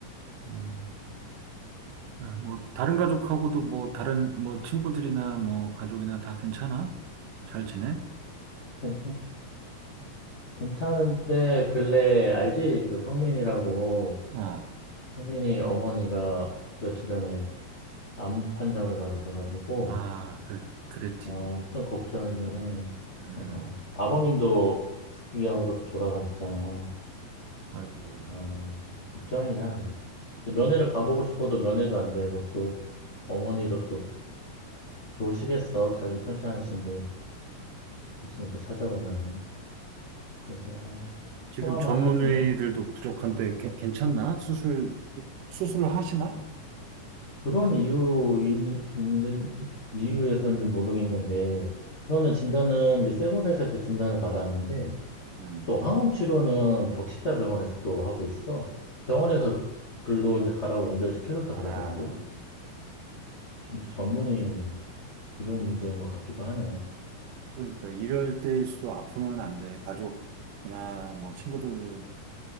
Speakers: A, on the right; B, on the left.
A: 음. 아, 뭐, 다른 가족하고도 뭐, 다른, 뭐, 친구들이나 뭐, 가족이나 다 괜찮아? 잘 지내?
B: 괜찮, 괜찮은데, 근래, 알지? 그 성민이라고,
A: 어,
B: 성민이 어머니가 며칠 전에 암 판정을 받으셔가지고,
A: 아, 그, 그랬지.
B: 아, 좀 걱정이긴 해.
A: 음,
B: 어, 아버님도 위암으로 또 돌아가셨잖아.
A: 아이고.
B: 어, 걱정이야, 그래서. 근데 면회를 가보고 싶어도 면회도 안 되고, 또, 어머니도 또 좋으시겠어. 자기 편찮으신데, 있으면 그 찾아보면은. 그래서 아,
A: 지금
B: 화만
A: 전문의들도
B: 하는데
A: 부족한데, 괜- 괜찮나? 수술, 수술을 하시나?
B: 그런 이유 있는, 있는 이유에서인지 모르겠는데 우선은 진단은 이제 세브란스에서 진단을 받았는데
A: 음,
B: 또 항암 치료는 적시자 병원에서 또 하고 있어. 병원에서 글로 이제 가라고 연결시켜줬다
A: 아,
B: 그러더라고. 진짜 전문의 부족 문제인 것 같기도 하네.
A: 그러니까 이럴 때일수록 아프면 안 돼. 가족이나 뭐, 친구들